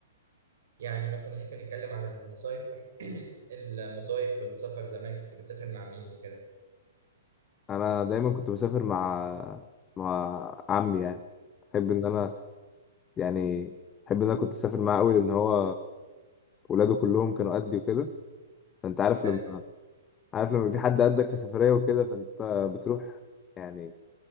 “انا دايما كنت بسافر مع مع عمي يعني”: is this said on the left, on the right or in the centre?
Left